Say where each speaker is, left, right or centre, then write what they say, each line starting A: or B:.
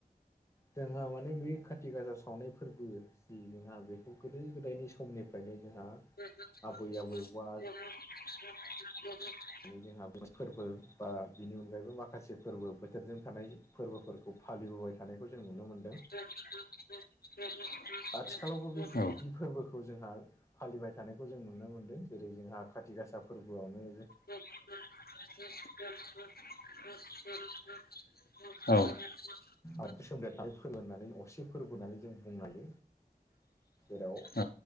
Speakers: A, on the left; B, on the left.
A: जोंहा माने बे खाथि थि गासा सावनाय फोरबो जि जोंहा बेखौ गोदो गोदायनि समनिफ्रायनो जोंहा
B: <unintelligible>
A: आबै आबौ बा
B: <unintelligible>
A: माने जोंहा बे फोरबो बा बिनि अनगायैबो माखासे फोरबो बोथोरजों थानाय फोरबोफोरखौ फालिबोबाय थानायखौ जों नुनो मोनदों।
B: <unintelligible> <unintelligible> <unintelligible>
A: आथिखालावबो बे
B: औ
A: बिदि फोरबोखौ जोंहा फालिबाय थानायखौ जों नुनो मोन्दों। जेरै जोंहा खाथि गासा फोरबोआवनो जो
B: औ। <unintelligible>
A: आरो सोमदेरनाय फोरबो होननानै असे फोरबो होनानै जों बुंनो हायो। जेराव
B: औ